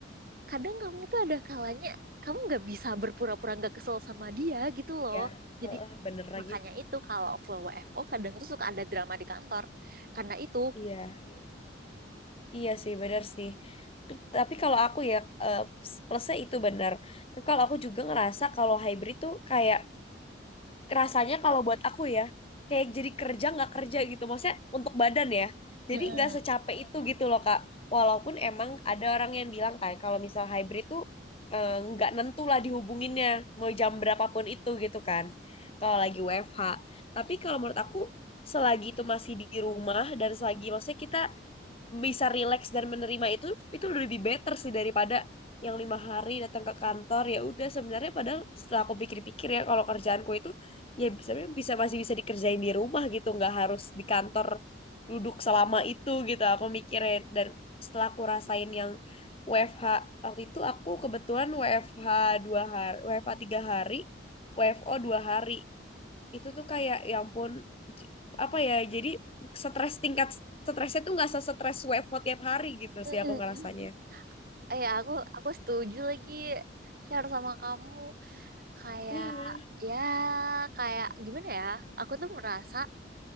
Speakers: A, on the right (about 50°); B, on the left (about 30°).
A: kadang kamu tuh ada kalanya kamu nggak bisa berpura-pura nggak kesel sama dia gitu loh.
B: Iya.
A: Jadi
B: Heeh, bener lagi.
A: makanya itu kalau full WFO kadang tuh suka ada drama di kantor. Karena itu,
B: Iya, iya Iya sih, bener sih. T- Tapi kalau aku ya eh, plus- plusnya itu benar. Tapi kalau aku juga ngerasa kalau hybrid tuh kayak rasanya kalau buat aku ya kayak jadi kerja nggak kerja gitu maksudnya untuk badan ya jadi
A: mm-mm,
B: nggak secapek itu gitu loh kak walaupun emang ada orang yang bilang kan kalau misal hybrid tuh eh, nggak nentu lah dihubunginnya mau jam berapapun itu gitu kan kalau lagi WFH tapi kalau menurut aku selagi itu masih di rumah dan selagi maksudnya kita bisa relax dan menerima itu itu lebih better sih daripada yang lima hari datang ke kantor ya udah sebenarnya padahal setelah aku pikir-pikir ya kalau kerjaanku itu ya bisa bisa masih bisa dikerjain di rumah gitu nggak harus di kantor duduk selama itu gitu aku mikirin dan setelah aku rasain yang WFH waktu itu aku kebetulan WFH dua hari WFH tiga hari WFO dua hari itu tuh kayak ya ampun j- apa ya jadi stres tingkat stresnya tuh nggak se-stres WFH tiap hari gitu
A: mm-mm,
B: sih aku ngerasanya.
A: Eh, ya aku aku setuju lagi share sama kamu kayak
B: Iya.
A: ya kayak gimana ya? Aku tuh merasa